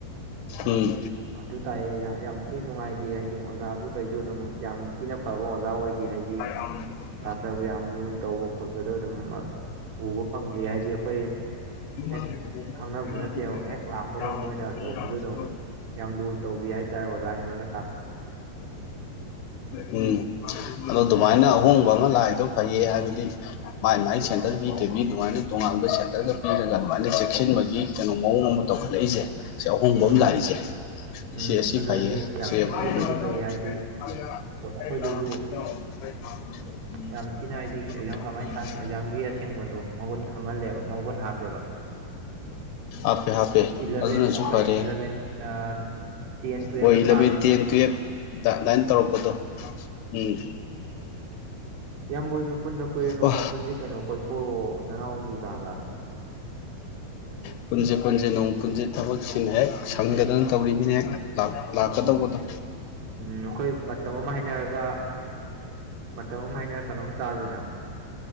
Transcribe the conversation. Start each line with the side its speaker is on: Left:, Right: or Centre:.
Left: ꯎꯝ
Right: ꯑꯗꯨ ꯇꯥꯏꯌꯦ ꯌꯥꯝ ꯌꯥꯝ ꯊꯤꯅ ꯅꯨꯡꯉꯥꯏꯈꯤ ꯍꯥꯏꯗꯤ ꯑꯣꯖꯥꯁꯨ ꯀꯩꯁꯨ ꯑꯗꯨꯝ ꯌꯥꯝ ꯊꯤꯅ ꯐꯕ ꯑꯣꯖꯥ ꯑꯣꯏꯒꯤ ꯍꯥꯏꯗꯤ
Left: <unintelligible>
Right: ꯁꯥꯇ꯭ꯔꯕꯨ ꯌꯥꯝ ꯂꯨꯅ ꯇꯧꯕ ꯈꯣꯠꯄꯗꯣ ꯑꯗꯨꯝ ꯎꯕ ꯐꯪꯈꯤ ꯍꯥꯏꯗꯤ ꯑꯩꯈꯣꯏ
Left: <unintelligible>
Right: ꯍꯦꯛ ꯈꯪꯅꯕꯁꯨ ꯅꯠꯇꯦ ꯍꯦꯛ ꯂꯥꯛꯄꯒ ꯃꯣꯏꯅ ꯇꯧꯕꯗꯣ ꯑꯗꯨꯝ ꯌꯥꯝ ꯂꯨꯅ ꯇꯧꯕꯤ ꯍꯥꯏꯇꯥꯔꯦ ꯑꯣꯖꯥꯖꯤꯡꯗꯨꯅ
Left: ꯎꯝ ꯑꯗꯣ ꯗꯨꯃꯥꯏꯅ ꯑꯍꯣꯡꯕ ꯑꯃ ꯂꯥꯛꯏꯗꯣ ꯐꯩꯌꯦ ꯍꯥꯏꯕꯗꯤ ꯃꯥꯥꯏ ꯃꯥꯏ ꯁꯦꯟꯇꯔ ꯄꯤꯗꯕꯤ ꯑꯗꯨꯃꯥꯏꯅ ꯇꯣꯉꯥꯟꯕ ꯁꯦꯟꯇꯔꯒ ꯄꯤꯔꯒ ꯑꯗꯨꯃꯥꯏꯅ ꯆꯦꯛꯁꯤꯟꯕꯒꯤ ꯀꯩꯅꯣ ꯃꯑꯣꯡ ꯑꯃ ꯇꯧꯈꯠꯂꯛꯏꯁꯦ ꯁꯤ ꯑꯍꯣꯡꯕ
Right: ꯎꯝ
Left: ꯑꯃ ꯂꯥꯛꯏꯁꯦ
Right: ꯎꯝ
Left: ꯁꯤ ꯑꯁꯤ
Right: ꯑꯗꯨꯅꯗꯤ
Left: ꯐꯩꯌꯦ <unintelligible>
Right: ꯌꯥꯝ ꯊꯤꯅꯗꯤ ꯐꯗꯤ ꯐꯩ ꯍꯥꯏꯗꯤ ꯑꯩꯈꯣꯏꯗꯁꯨ
Left: <unintelligible>
Right: ꯌꯥꯝ ꯊꯤꯅ ꯍꯥꯏꯗꯤ ꯑꯦꯛꯖꯥꯝ ꯀꯃꯥꯏꯅ ꯊꯥꯅꯤ ꯑꯦꯛꯖꯥꯝꯒꯤ ꯑꯁꯦꯡꯕꯗꯣ ꯃꯒꯨꯟ ꯈꯪꯍꯜꯂꯦꯕ ꯃꯒꯨꯟ ꯍꯥꯞꯄꯦꯕ
Left: ꯍꯥꯞꯄꯦ ꯍꯥꯞꯄꯦ
Right: ꯏꯂꯥꯕꯦꯟ
Left: ꯑꯗꯨꯅꯁꯨ
Right: ꯑꯩꯈꯣꯏ
Left: ꯐꯔꯦ
Right: ꯏꯂꯥꯕꯦꯟ ꯑ ꯇꯦꯟ ꯇꯨꯌꯦꯞꯇ
Left: ꯍꯣꯏ
Right: ꯊꯥ__
Left: ꯏꯂꯚꯦꯟ ꯇꯦꯟ ꯇꯨꯌꯦꯞ ꯇ ꯑꯗꯏꯟ ꯇꯧꯔꯛꯄꯗꯣ ꯎꯝ
Right: ꯏꯌꯥꯝꯕꯣꯏꯁꯨ ꯄꯨꯟꯗ ꯀꯨꯏꯔꯦ
Left: <unintelligible> ꯑꯣ
Right: <unintelligible> ꯀꯩꯅꯣ ꯀꯣꯏꯊꯣꯔꯛꯑꯣ ꯅꯅꯥꯎꯒꯤ ꯀꯥꯗ
Left: ꯄꯨꯟꯖꯦ ꯄꯨꯟꯖꯦ ꯅꯣꯡꯃ ꯄꯨꯟꯖꯤ ꯊꯕꯛꯁꯤꯅ ꯍꯦꯛ ꯁꯪꯗꯗꯅ ꯇꯧꯔꯤꯅꯤꯅꯦ ꯂꯥꯛ ꯂꯛꯀꯗꯧꯕꯗꯣ
Right: ꯎꯝ ꯎꯝ ꯑꯩꯈꯣꯏ ꯃꯇꯝ ꯑꯃ ꯍꯥꯏꯅꯔꯒ ꯃꯇꯝ ꯑꯃ ꯍꯥꯏꯅꯔ ꯀꯩꯅꯣꯝ ꯆꯥꯁꯤꯅ